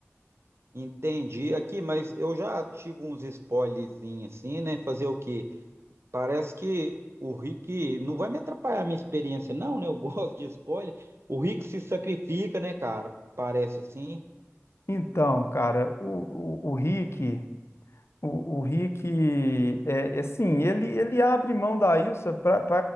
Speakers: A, on the right; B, on the left.
A: Entendi aqui, mas eu já tive uns spoilerzinhos assim, né? Fazer o quê? Parece que o Rick não vai me atrapalhar a minha experiência, não, né? Eu <laughs> gosto de spoiler. O Rick se sacrifica, né, cara? Parece assim.
B: Então, cara, o, o, o Rick. O, o Rick, é, é assim, ele, ele abre mão da Ilsa para